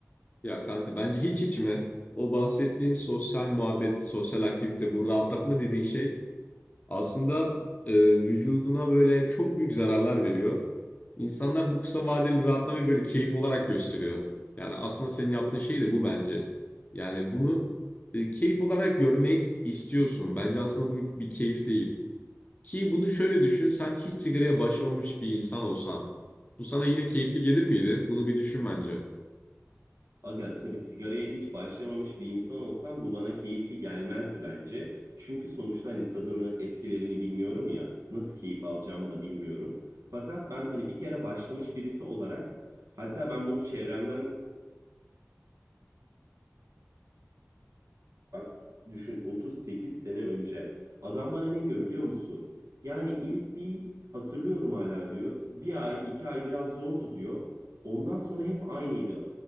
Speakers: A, on the left; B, on the right.
A: Ya kanka bence hiç içme. O bahsettiğin sosyal muhabbet, sosyal aktivite, bu rahatlatma dediğin şey aslında e, vücuduna böyle çok büyük zararlar veriyor. İnsanlar bu kısa vadeli rahatlamayı böyle keyif olarak gösteriyor. Yani aslında senin yaptığın şey de bu bence. Yani bunu e, keyif olarak görmek istiyorsun. Bence aslında bu bir keyif değil. Ki bunu şöyle düşün, sen hiç sigaraya başlamamış bir insan olsan, bu sana yine keyifli gelir miydi? Bunu bir düşün bence.
B: Aga tabii sigaraya hiç başlamamış bir insan olsam bu bana keyifli gelmezdi bence. Çünkü sonuçta hani tadını, etkilerini bilmiyorum ya. Nasıl keyif alacağımı da bilmiyorum. Fakat ben hani bir kere başlamış birisi olarak hatta ben bunu çevremden Bak düşün 38 sene önce. Adam bana ne diyor biliyor musun? Yani ilk bir hatırlıyorum hala diyor. Bir ay, iki ay biraz zordu diyor. Ondan sonra hep aynıydı.